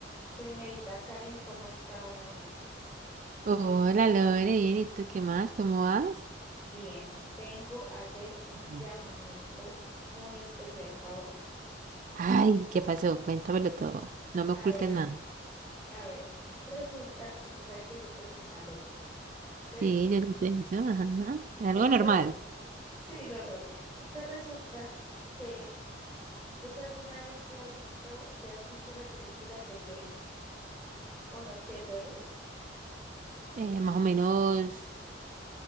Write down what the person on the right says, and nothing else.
Hola Lore, bien, ¿y tú qué más? ¿Cómo vas?
Ujú.
Ay, ¿qué pasó? Cuéntamelo todo. No me
ocultes
nada.
Sí, yo no sé eso, ajá. Algo
normal.
Eh, más o menos,